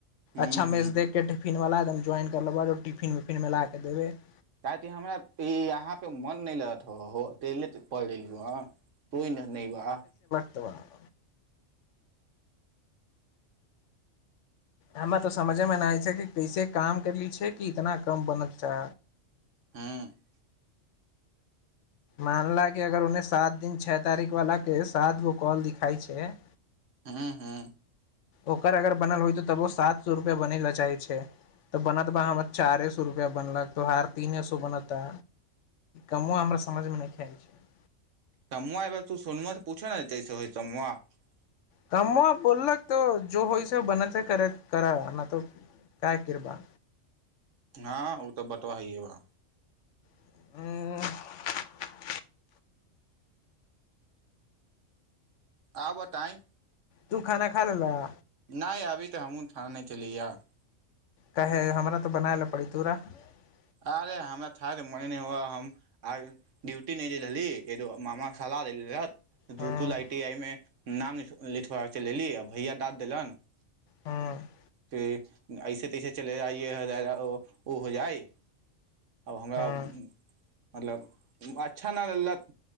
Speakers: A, on the right; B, on the left.
A: हूँ
B: अच्छा
A: हूँ
B: मेज देख के टफिन वाला एकदम <unintelligible> ज्वइन कर लेबै टिफिन उफिन मे लााक के देबे <unintelligible>
A: ताकि हमरा पि यहाँ पे मन नहि लगत होअ हो तहिले पड़िल वा तोइ नहि नहि बा <unintelligible>
B: उतवाय <unintelligible> हमे तऽ समझेमे नहि छै कि कैसे काम करली छै कि इतना कम बनत च
A: हां <inaudible>
B: मामला केँ अगर उनि सात दिन छ तारीख वालाकेँ सात गो कॉल दिखाई छैक
A: हँ हँ
B: ओकर अगर बनल होइत तबो सात सए रुपैआ बनै लए चाहै छै तऽ बनत बा हमर चारे सए रुपैआ तोहार तीने सए बनता कमो हमरा समझमे नहिखे आयल छैक।
A: समुआर तू सोनुआ से पूछ ने तैसे होइ समुआ <unintelligible>
B: कम बोललक तो जो होइ से बनते कर कर न तो कै करबौ
A: हँ ओ तऽ बतबा हए बा
B: ह <unintelligible> <inaudible>
A: आउर बताइँ
B: तू खाना खा लेलह
A: नहि अभी तऽ हमहूँ थान नहि छलिय ह <unintelligible>
B: कहैे हमरा तऽ बनाय लए पड़ै तोरा <unintelligible>
A: अरे हमरा थाकके मन नहि ह हम आ ड्यूटी नहि द रहली एगो मामा सलाह लेल रहथि <unintelligible>
B: हूं
A: ऋ तु लइटी आइमे <unintelligible> नाम ल लिखबा चलली आ भैया दडाद देलन <unintelligible>
B: हूँ <inaudible>
A: ऐसे तैसे चले जाइए ओ हो जाइ अब हमरा
B: हूं
A: मतलब अच्छा नहि लत